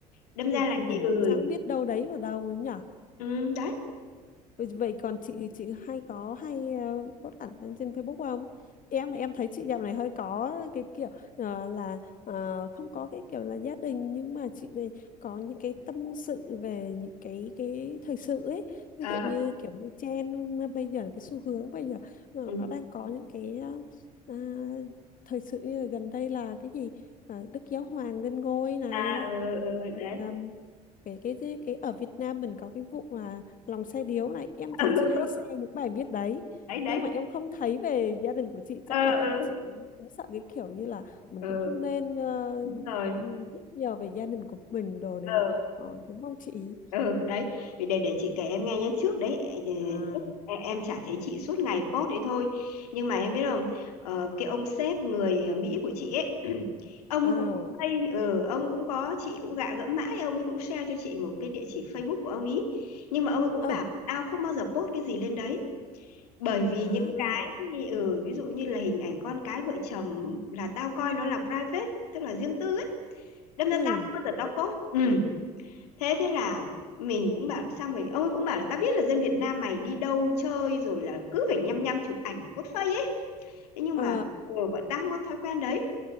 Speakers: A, on the left; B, on the left.
A: đâm
B: Ừ.
A: ra là
B: mình
A: chị
B: cũng chẳng
A: ơi
B: biết đâu đấy ở đâu ấy nhỉ
A: ừ, đấy
B: Vậy vậy còn chị chị hay có hay ờ, post ảnh lên trên Facebook không? Em em thấy chị dạo này hơi có cái kiểu ờ, là ờ, không có cái kiểu là gia đình nhưng mà chị này có những cái tâm sự về những cái cái thời sự ấy. Ví
A: Ờ,
B: dụ như kiểu như trend ờ, bây giờ cái xu hướng bây giờ nó
A: ừ.
B: nó đang có những cái ờ, à, thời sự như là gần đây là cái gì Ờ, Đức Giáo Hoàng lên ngôi này
A: à ừ, ừ,
B: rồi
A: đấy
B: ờm, cái cái cái cái ở Việt Nam mình có cái vụ mà lòng xe điếu này em
A: <laughs>
B: thấy chị hay share những bài viết đấy
A: đấy đấy
B: nhưng mà em không thấy về gia đình của chị
A: ờ
B: chắc là
A: ừ,
B: chị cũng, cũng sợ cái kiểu như là mình
A: ừ.
B: cũng
A: ừ.
B: không nên ờ,
A: rồi
B: ừm, biết nhiều về gia đình của mình đồ này
A: ờ.
B: nọ ờ, đúng không chị
A: ừ đấy vì để để chị kể em nghe nhé trước đấy ờ,
B: à
A: trước em em chả thấy chị suốt ngày post đấy thôi nhưng mà em biết không ờ, cái ông sếp người Mỹ của chị ấy <clears throat> ông ấy
B: à
A: cũng có pay ừ, ông cũng có chị cũng gạ gẫm mãi ông ấy cũng share cho chị một cái địa chỉ Facebook của ông ấy nhưng mà ông ấy cũng
B: ờ
A: bảo tao không bao giờ post cái gì lên đấy bởi vì
B: à
A: những cái ừ, ví dụ như là hình ảnh con cái vợ chồng là tao coi nó là private tức là riêng tư ấy đâm
B: ừ
A: ra tao không bao giờ tao post ừ thế thế là mình cũng bảo xong rồi ông ấy cũng bảo là ta biết là dân Việt Nam mày đi đâu chơi rồi là cứ phải nhăm nhăm chụp ảnh để post face ấy thế nhưng
B: ờ
A: mà ừ, bọn ta không có thói quen đấy